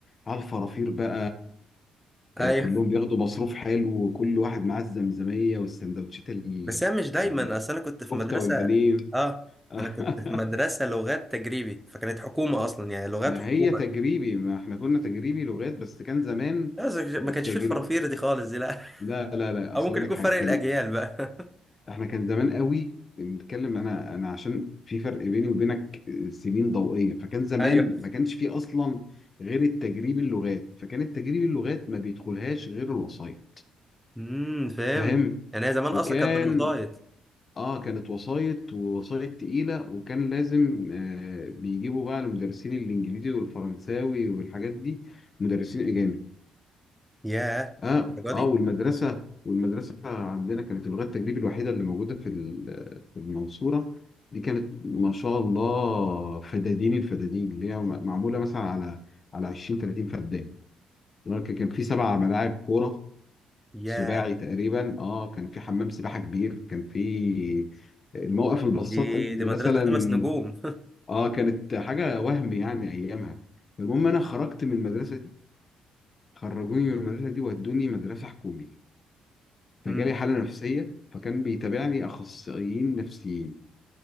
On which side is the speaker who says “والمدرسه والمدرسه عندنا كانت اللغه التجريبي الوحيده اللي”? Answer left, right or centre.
Left